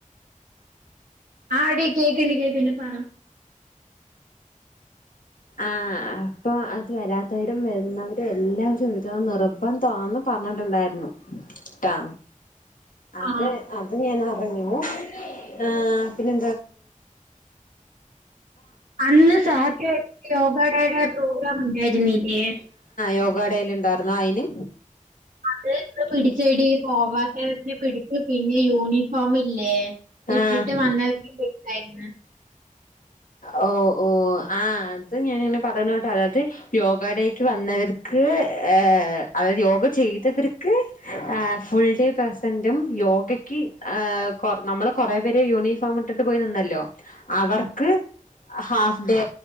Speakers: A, on the right (about 80°); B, on the left (about 80°).
A: ആ ടീ കേക്ക്ണ്ട് കേക്ക്ണ്ട് പറ
B: ആഹ അപ്പൊ അത് വരാത്തവരും വരുന്നവ എല്ലാം ചോയിച്ചണം നിർബന്ധാ ന്ന്പറഞ്ഞിട്ടുണ്ടായിരുന്നു ട്ടാ. അത്
A: ആ
B: അത് ഞാൻ അറിഞ്ഞു ആ പിന്നെ
A: അന്ന് സഹകെ യോഗയുടെയുടെ പ്രോഗ്രാം ഉണ്ടായിരുന്നില്ലേ
B: യോഗാടെല് ഇണ്ടായിരുന്നു അയിന്
A: അത് ത പിടി ചെടി പോവാത്തവെ പിടിച്ചു പിന്നെ യൂണിഫോമി ഇല്ലെ ഇട്ടിട്ട്
B: ആഹ്
A: വന്ന <unintelligible> ര്ന്ന്
B: ഓ ഓ ആ അത് ഞാനിങ്ങനെ പറയുന്ന കേട്ടെ അതായത് യോഗടേക്ക് വന്നവർക്ക് ഏ അതായത് യോഗ ചെയ്തവർക്ക് ഫുൾ ഡേ പെസന്റും യോഗക്ക് ആ കൊർ നമ്മള് കൊറെ പേര് യൂണിഫോം ഇട്ടിട്ട് പോയി നിന്നല്ലോ അവർക്ക് half day